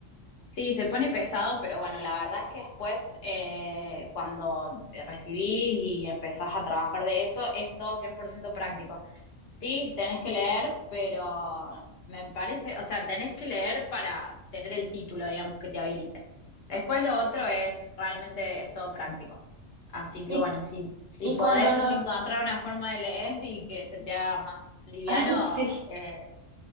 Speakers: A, on the left; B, on the right.
A: Sí, se pone pesado, pero bueno, la verdad es que después, eh, cuando te recibís y empezás a trabajar de eso, es todo 100% práctico. Sí, tenés que leer, pero me parece, o sea, tenés que leer para tener el título, digamos, que te habilite. Después lo otro es, realmente es todo práctico. Así que
B: Y,
A: bueno, si, si
B: y
A: podés
B: cuando no,
A: encontrar
B: <laughs>
A: una forma de leer y que se te haga más liviano,
B: ah, sí, sí,
A: eh,